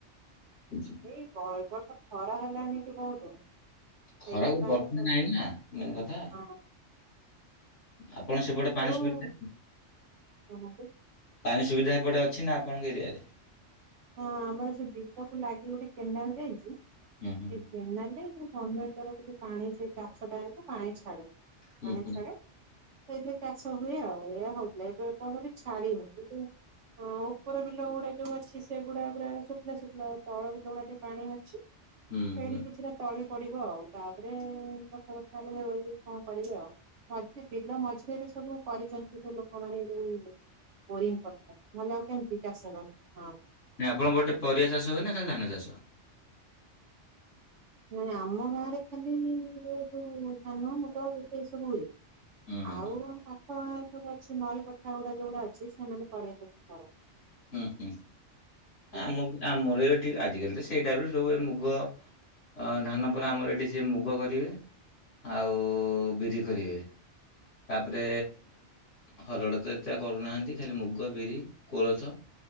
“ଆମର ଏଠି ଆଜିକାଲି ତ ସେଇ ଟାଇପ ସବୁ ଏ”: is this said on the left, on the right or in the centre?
Left